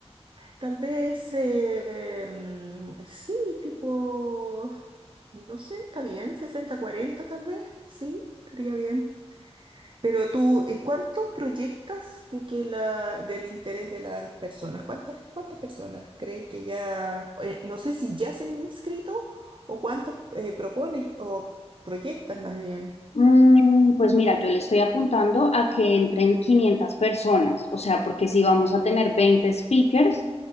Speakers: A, on the right; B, on the left.
A: Tal vez, eh, mm, sí, tipo, no sé, está bien, sesenta cuarenta tal vez, sí, estaría bien. Pero tú, ¿y ¿cuánto proyectas de que la, del interés de las personas? ¿Cuántas, cuántas personas crees que ya, eh, no sé si ya se han inscrito o cuántos eh, propones o proyectas más bien?
B: Mm, pues mira, yo le estoy apuntando a que entren 500 personas, o sea, porque si vamos a tener 20 speakers,